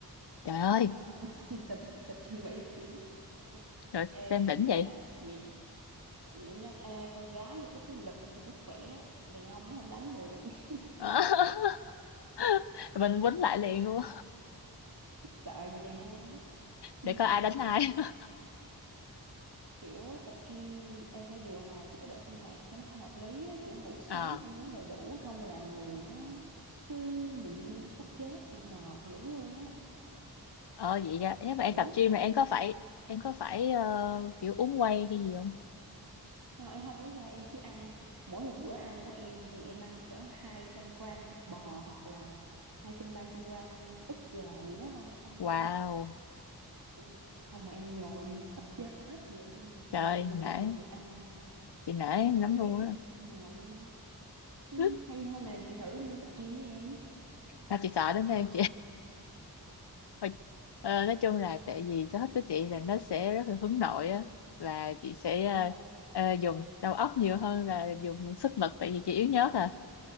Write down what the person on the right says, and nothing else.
Ờ, <laughs> tập tập chừng 70 kg Ôi,
ê,
cái
gì
ta mẹ mẹ em nói "Ê, con gái mà có tí lực thì mới khỏe đàn ông mới không đánh được <laughs>
sợ gì đàn ông nhưng
mà
kiểu tập gym em phải điều hòa chế độ sinh hoạt cho nó hợp lý á, kiểu ngủ sớm
ăn uống đầy đủ không là người nó cứ nhìn như sắp chết mệt dữ luôn á
ủa
thôi em không uống qua em chỉ ăn mỗi một bữa ăn của em thì em ăn cỡ 200 gram thịt bò hoặc là hai trăm ba trăm gram ức gà gì đó thôi ăn
kiểu ừ, không mà em nhồi như sắp chết vậy em
nhồi như lần
đầu em được ăn
cảm
giác
mệt luôn. ừ,
hay hôm nào chị thử đi tập gym với em
Ờ,